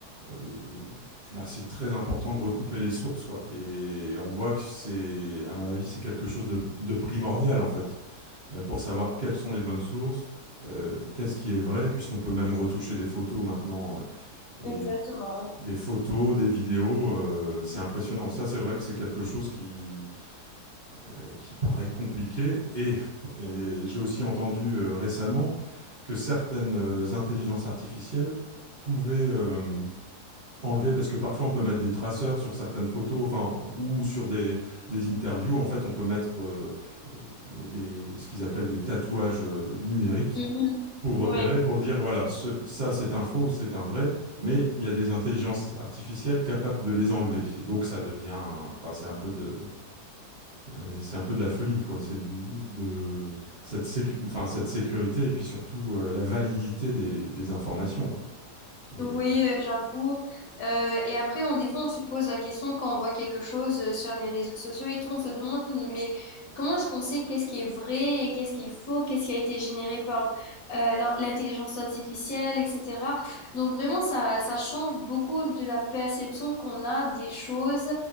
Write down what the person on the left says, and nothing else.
exactement.
Mhm,
Oui.
Oui, euh, j'avoue. Euh, et après, on, des fois, on se pose la question quand on voit quelque chose euh, sur les réseaux sociaux et tout, on se demande, mais comment est-ce qu'on sait qu'est-ce qui est vrai et qu'est-ce qui est faux, qu'est-ce qui a été généré par euh, l'in- l'intelligence artificielle, etc. Donc vraiment, ça, ça change beaucoup de la perception qu'on a des choses